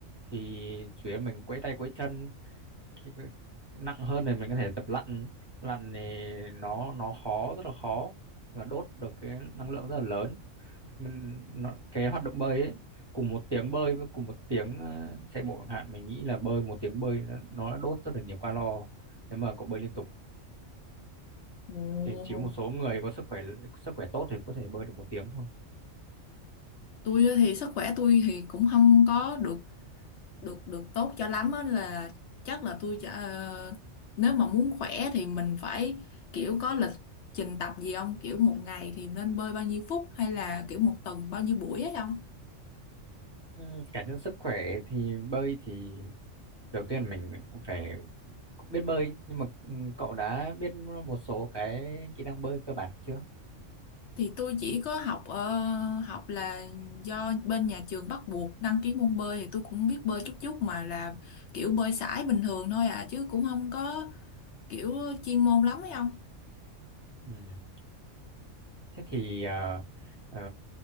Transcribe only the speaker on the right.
thì chủ yếu mình quẫy tay quẫy chân khi có- nặng hơn thì mình có thể tập lặn lặn thì nó nó khó rất là khó và đốt được cái năng lượng rất là lớn mình nó, cái hoạt động bơi ấy cùng một tiếng bơi với cùng một tiếng ờ, chạy bộ chẳng hạn mình nghĩ là bơi một tiếng bơi nó, nó đã đốt rất là nhiều calo nếu mà cậu bơi liên tục
thì chỉ có một số người có sức khỏe sức khỏe tốt thì có thể bơi được một tiếng thôi
Ừ, cải thiện sức khỏe thì bơi thì đầu tiên mình cũng phải biết bơi nhưng mà ừ, cậu đã biết một số cái kỹ năng bơi cơ bản chưa
Ừ. Thế thì ờ, ờ,